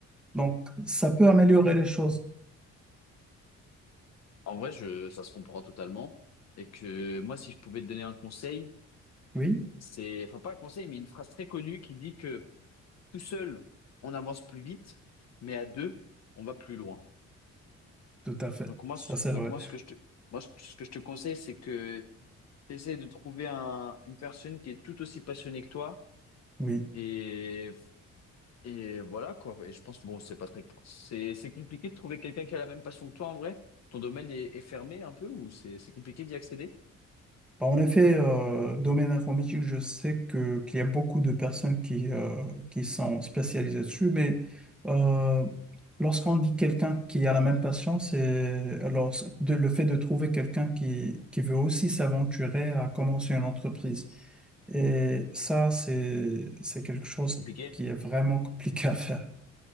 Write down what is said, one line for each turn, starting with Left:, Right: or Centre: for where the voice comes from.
Centre: Donc, ça peut améliorer les choses.
Left: en vrai, je, ça se comprend totalement. Et que moi, si je pouvais te donner un conseil,
Centre: Oui,
Left: c'est, enfin pas un conseil, mais une phrase très connue qui dit que tout seul, on avance plus vite, mais à deux, on va plus loin.
Centre: tout à fait.
Left: Donc moi,
Centre: Ça,
Left: ce-
Centre: c'est vrai.
Left: donc moi, ce que je te, moi, ce que je te conseille, c'est que Essaie de trouver un, une personne qui est tout aussi passionnée que toi.
Centre: Oui.
Left: Et, et voilà, quoi. Et je pense, bon, c'est pas très, c'est, c'est compliqué de trouver quelqu'un qui a la même passion que toi, en vrai. Ton domaine est, est fermé un peu ou c'est, c'est compliqué d'y accéder?
Centre: Bah, En effet, euh, domaine informatique, je sais que qu'il y a beaucoup de personnes qui, euh, qui sont spécialisées dessus, mais euh, lorsqu'on dit quelqu'un qui a la même passion, c'est alors de- le fait de trouver quelqu'un qui, qui veut aussi s'aventurer à commencer une entreprise. Et ça, c'est c'est quelque chose
Left: C'est compliqué.
Centre: qui est vraiment compliqué à faire.